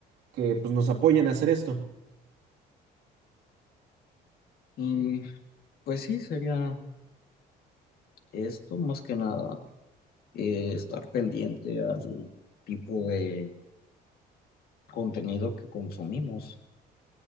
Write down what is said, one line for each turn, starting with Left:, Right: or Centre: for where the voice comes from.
Right: que pues nos apoyen a hacer esto.
Left: Y pues sí, sería esto más que nada, eh, estar pendiente al tipo de contenido que consumimos,